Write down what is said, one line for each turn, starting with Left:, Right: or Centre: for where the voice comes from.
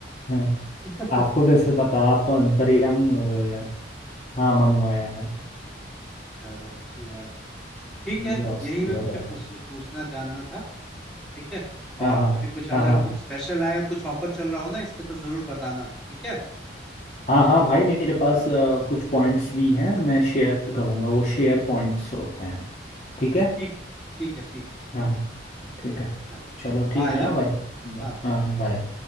Left: <laughs>
Centre: <laughs>
Left: आपको कैसे पता आप तो अंतर्यामी हो रहे हो यार हाँ मंगवाया है
Centre: चलो अच्छी बात है ठीक है
Left: ग्रोसरी
Centre: यही मैं
Left: वगैरह
Centre: मुझे पूछ,
Left: का
Centre: पूछना जानना था ठीक है
Left: हाँ
Centre: और
Left: हाँ
Centre: कभी कुछ अगर
Left: हाँ हाँ
Centre: कुछ स्पेशल आया कुछ ऑफर चल रहा हो ना इस पे तो जरूर बताना ठीक है
Left: हाँ हाँ भाई मेरे पास अ, कुछ पॉइंट्स भी हैं मैं शेयर करूँगा वो शेयर पॉइंट्स होते हैं ठीक है
Centre: ठीक है ठीक है ठीक है ओके
Left: हाँ ठीक है
Centre: चलो
Left: चलो ठीक
Centre: बाय
Left: है
Centre: हाँ
Left: हाँ भाई बस।
Centre: हाँ।
Left: हाँ बाय